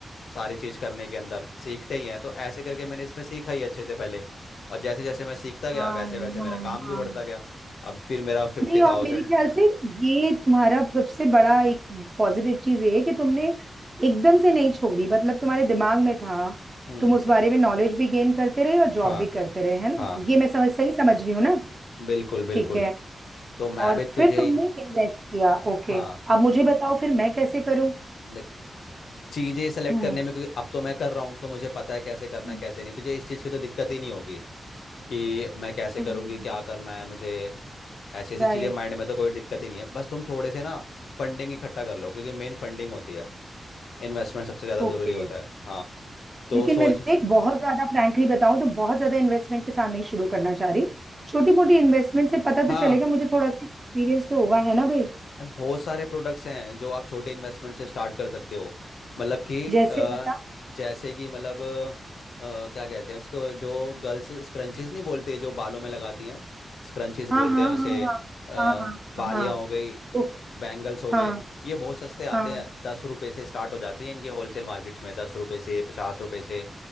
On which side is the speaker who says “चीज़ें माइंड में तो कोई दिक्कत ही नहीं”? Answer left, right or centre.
Left